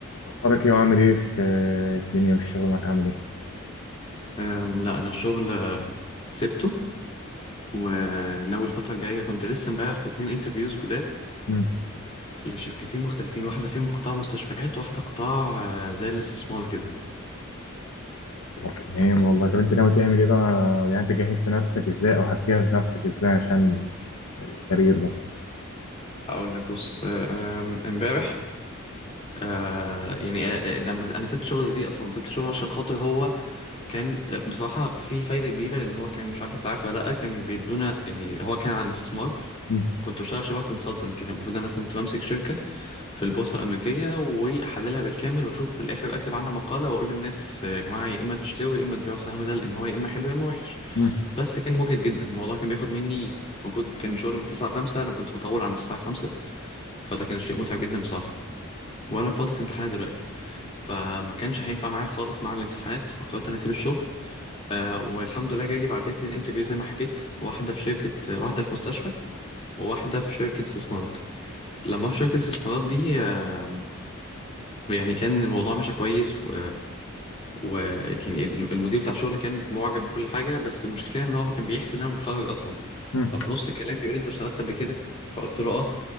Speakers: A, on the left (about 75°); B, on the left (about 30°).
A: اخبارك ايه وعامل ايه في الدنيا والشغل معاك عامل ايه؟
B: أم، لا انا الشغل أم، سبته وناوي الفتره الجايه كنت لسه امبارح في اتنين انترفيوز جداد
A: مم.
B: لشركتين مختلفين واحده فيهم قطاع مستشفيات واحده قطاع آه، زي الاستثمار كده
A: طب تمام والله طب انت ناوي تعمل ايه بقى يعني انت جهزت نفسك ازاي او هتجهز نفسك ازاي عشان الكارير ده؟
B: اقول لك بص آه، آم، امبارح آه، يعني آه، آه، لما انا سبت شغل ليه اصلا سبت شغل عشان خاطر هو كان بصراحة في فايدة كبيرة لأن هو كان مش عارف أنت عارف ولا لأ كان بيدونا يعني هو كان عن الاستثمار
A: مم.
B: كنت بشتغل شبه كونسلتنت كده المفروض أنا كنت بمسك شركة في البورصة الأمريكية وأحللها بالكامل وأشوف في الآخر أكتب عنها مقالة وأقول للناس يا جماعة يا إما تشتروا يا إما تبيعوا السهم ده لأن هو يا إما حلو يا إما وحش
A: مم.
B: بس كان مجهد جدا الموضوع كان بياخد مني المفروض كان شغل من 9 ل 5 أنا كنت بطول عن الساعة 5 فده كان شيء متعب جدا بصراحة وأنا في فترة امتحانات دلوقتي فما كانش هينفع معايا خالص مع الامتحانات فقررت أنا أسيب الشغل آه والحمد لله جاي لي بعديها اتنين انترفيو زي ما حكيت واحدة في شركة آه، واحدة في مستشفى وواحدة في شركة استثمارات لما رحت شركة الاستثمارات دي آه يعني كان الموضوع ماشي كويس و... و يعني المدير بتاع الشغل كان معجب بكل حاجة بس المشكلة ان هو كان بيحسب ان انا متخرج اصلا
A: مم.
B: ففي نص الكلام بيقول لي انت اشتغلت قبل كده فقلت له اه